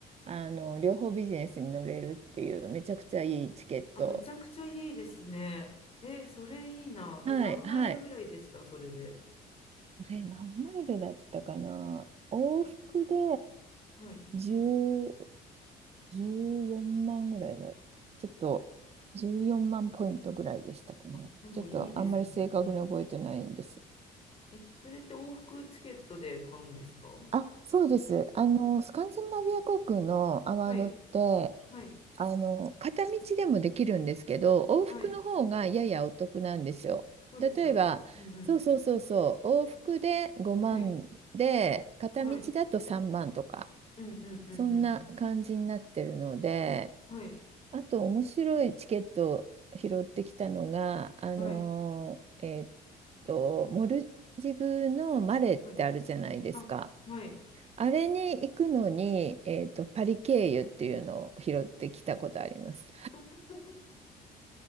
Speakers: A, on the right; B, on the left.
A: あの両方ビジネスに乗れるっていうめちゃくちゃいいチケット。
B: あ、めちゃくちゃいいですね。え、それいいな。
A: はいはい。
B: え、何マイルぐらいでしたそれで。
A: これ何マイルだったかな往復で
B: はい。
A: 10、14万ぐらいの、ちょっと14万ポイントぐらいでしたかね。
B: あ、でもいいですね。
A: ちょっとあんまり正確に覚えてないんです。
B: うん。え、それって往復チケットで買うんですか
A: あ、そうです。あの、スカンジナビア航空のアワードって、
B: はい。はい。
A: あの、片道でもできるんですけど、往復の方がややお得なんですよ。
B: はい。そうですよね。
A: 例えば、
B: うんうん。
A: そうそうそうそう、往復で5万で、
B: はい。
A: 片道だと3万とか、
B: はい。うんうんうんうん
A: そんな感じになってるので、
B: うん。はい。
A: あと面白いチケットを拾ってきたのが、あのーえーっ
B: はい。
A: と、モルジブのマレってあるじゃないですか。
B: はい。あ、はい。
A: あれに行くのに、えーっと、パリ経由っていうのを拾ってきたことあります。
B: <laughs>